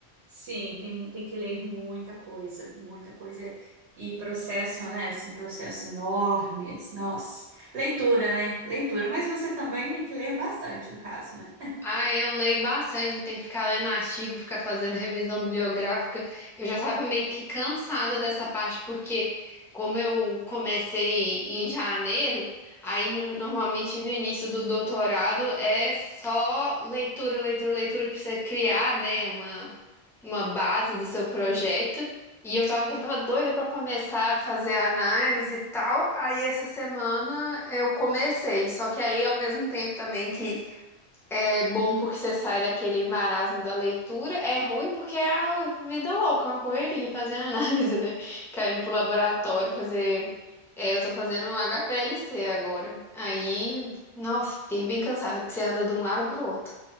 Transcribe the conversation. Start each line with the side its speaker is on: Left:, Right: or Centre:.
Right: sim, tem, tem que ler muita coisa, muita coisa. E processo, né? Assim, processos enormes. Nossa. Leitura, né? Leitura. Mas você também tem que ler bastante, no caso, né?
Centre: Ah, eu leio bastante, eu tenho que ficar lendo artigo, ficar fazendo revisão bibliográfica. Eu já estava meio que cansada dessa parte, porque como eu comecei em janeiro, aí no- normalmente no início do doutorado é só leitura, leitura, leitura para você criar, né, uma, uma base do seu projeto. E eu tava, já estava doida para começar a fazer a análise e tal. Aí essa semana eu comecei, só que aí ao mesmo tempo também que é bom porque você sai daquele marasmo da leitura, é ruim porque é a vida louca, é uma correria fazer <laughs> análise, né? Caindo pro laboratório fazer. é, eu tô fazendo um HPLC agora. Aí, nossa, fiquei bem cansada porque você anda de um lado pro outro.